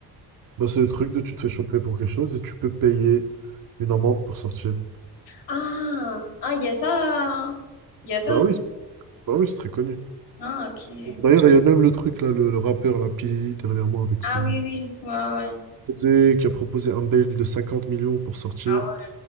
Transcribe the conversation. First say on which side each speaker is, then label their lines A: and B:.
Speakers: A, on the right (about 55°); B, on the left (about 85°).
A: bah, c'est le truc de tu te fais choper pour quelque chose et tu peux payer une amende pour sortir.
B: Ah, ah, il y a ça. Il y a ça
A: Bah
B: aussi.
A: oui, c'est- bah oui, c'est très connu.
B: Ah, ok.
A: D'ailleurs, il y a même le truc là, le, le rappeur, la P. Diddy, dernièrement, avec
B: Ah
A: son.
B: oui, oui. Ouais, ouais.
A: proposé- qui a proposé un bail de 50 millions pour sortir.
B: Ah